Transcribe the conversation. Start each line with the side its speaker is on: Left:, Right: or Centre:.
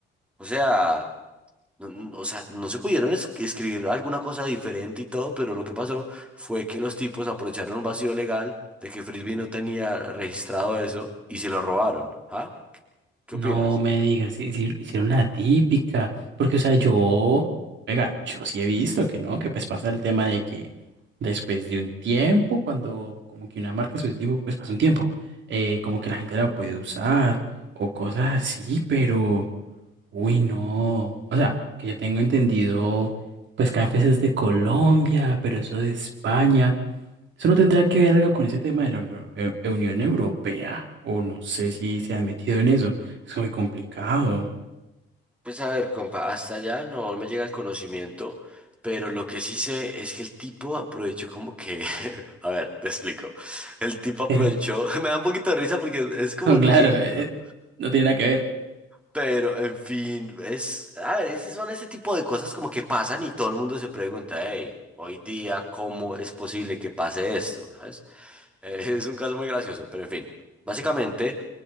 Centre: O sea, no, no- o sea, no se pudieron es- escribir alguna cosa diferente y todo, pero lo que pasó fue que los tipos aprovecharon un vacío legal de que Frisbee no tenía registrado eso y se lo robaron. ¿Ah? ¿Qué qué
Right: No
Centre: opinas?
Right: me digas, hici- hicieron la típica, porque o sea, yo, oiga, yo sí he visto que no, que pues pasa el tema de que después de un tiempo, cuando como que una marca su tiempo, pues pasa un tiempo, eh, como que la gente la puede usar o cosas así, pero, uy, no, o sea, que yo tengo entendido, pues cafés es de Colombia, pero eso de España, eso no tendrá que ver algo con ese tema de la Uni- eh, eh, Unión Europea, o no sé si se han metido en eso. Es muy complicado.
Centre: Pues a ver, compa, hasta allá no me llega el conocimiento, pero lo que sí sé es que el tipo aprovechó como que, <laughs> a ver, te explico. El tipo aprovechó,
Right: <laughs>
Centre: <laughs> me da un poquito de risa porque es como
Right: No,
Centre: ridículo.
Right: claro, eh, no tiene nada que ver.
Centre: Pero, en fin, es, a ver, esas son ese tipo de cosas como que pasan y todo el mundo se pregunta, hey, hoy día, ¿cómo es posible que pase esto? ¿Sabes? <laughs> Eh, es un caso muy gracioso, pero en fin. Básicamente,